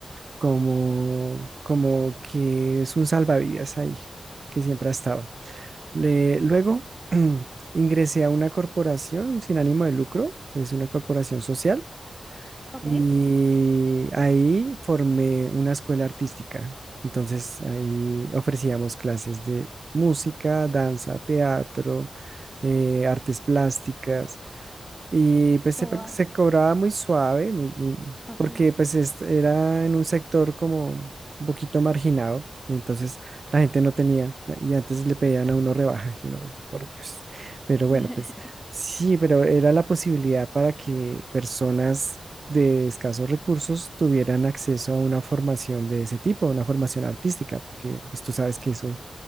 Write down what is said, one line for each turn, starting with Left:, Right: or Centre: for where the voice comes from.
Right: como, como que es un salvavidas ahí, que siempre ha estado. Le- luego <clears throat> ingresé a una corporación sin ánimo de lucro, es una corporación social
Centre: ok,
Right: Y ahí formé una escuela artística. Entonces ahí ofrecíamos clases de música, danza, teatro, eh, artes plásticas. Y pues
Centre: todo
Right: se, pa-
Centre: arte.
Right: se cobraba muy suave, muy, muy-
Centre: Ok,
Right: porque pues es- era en un sector como un poquito marginado, entonces la gente no tenía, y antes le pedían a uno rebaja, y uno, por Dios. Pero bueno,
Centre: <laughs>
Right: pues sí, pero era la posibilidad para que personas de escasos recursos tuvieran acceso a una formación de ese tipo, una formación artística, porque pues tú sabes que eso